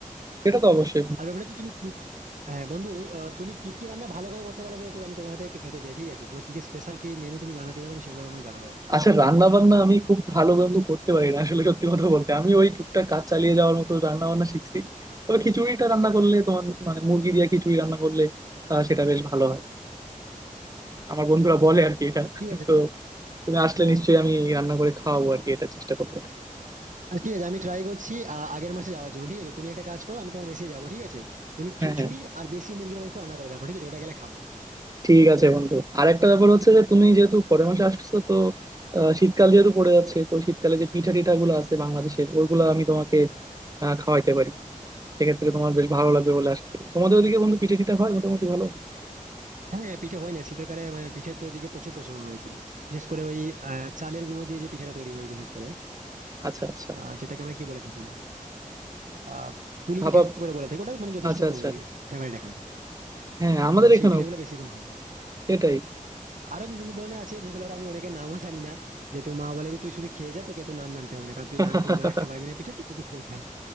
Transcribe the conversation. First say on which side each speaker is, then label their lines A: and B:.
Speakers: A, on the right (about 25°); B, on the right (about 65°).
A: সেটা তো অবশ্যই
B: আর ব্যাপারটা হচ্ছে তুমি কি- হ্যাঁ বন্ধু আহ, তুমি কি কি রান্না ভালো করে করতে পারো বলো তো আমি তোমার হাতে একটু খেতে চাই ঠিক আছে তোমার কি কি স্পেশাল কি মেনু তুমি বানাতে জানো আমি সেগুলো আমি জানাবো একটু
A: আচ্ছা রান্না বান্না আমি খুব ভালো বন্ধু করতে পারি না আসলে সত্যি কথা বলতে আমি ওই টুকটাক কাজ চালিয়ে যাওয়ার মতো রান্না বান্না শিখছি তবে খিচুড়িটা রান্না করলে তোমার মানে মুরগি দিয়ে খিচুড়ি রান্না করলে আহ, সেটা বেশ ভালো হয় আমার বন্ধুরা বলে আর কি এটা
B: ঠিক আছে
A: তো তুমি আসলে
B: হ্যাঁ।
A: নিশ্চয়ই আমি রান্না করে খাওয়াবো আর কি এটা চেষ্টা করবো
B: আহ ঠিক আছে আমি ট্রাই করছি আহ, আগের মাসে যাওয়ার জন্য ঠিক আছে তুমি একটা কাজ করো আমি তোমার মেসে যাবো ঠিক আছে তুমি খিচুড়ি
A: হ্যাঁ হ্যাঁ
B: আর দেশি মুরগির মাংস রান্না করে রাখো ঠিক আছে ওটা গেলে খাবো
A: ঠিক আছে বন্ধু আর একটা ব্যাপার হচ্ছে যে তুমি যেহেতু পরের মাসে আসতেছো তো আহ, শীতকাল যেহেতু পড়ে যাচ্ছে তো শীতকালে যে পিঠা টিঠা গুলো আছে বাংলাদেশের ওইগুলো আমি তোমাকে আহ, খাওয়াইতে পারি সেক্ষেত্রে তোমার বেশ ভালো লাগবে বলে আশা করি তোমাদের ওদিকে বন্ধু পিঠে টিঠা হয় মোটামুটি ভালো
B: হ্যাঁ হ্যাঁ, পিঠে হয় না শীতকালে মানে পিঠের তো এদিকে প্রচুর প্রচলন রয়েছে বিশেষ করে ওই আহ, চালের গুঁড়ো দিয়ে যে পিঠেটা তৈরি হয় বিশেষ করে
A: আচ্ছা আচ্ছা
B: আহ, যেটাকে আমরা কি বলে থাকি আহ পুলি
A: ভাপা
B: পিঠে বলে বলে থাকি ওটা মানে যথেষ্ট
A: আচ্ছা আচ্ছা
B: ফেভারিট এখন
A: হ্যাঁ আমাদের
B: তো
A: এখানেও
B: সেই পিঠেগুলো বেশি ভালো লাগে।
A: এটাই
B: আরো বিভিন্ন ধরনের আছে যেগুলোর আমি অনেকের নামও জানি না যেহেতু মা বলে যে তুই শুধু খেয়ে যা তোকে তো নাম জানতে হবে না কারণ তুই
A: <laughs>
B: নামে তো মনে রাখতে পারবি না পিঠে তুই শুধু খেয়ে যা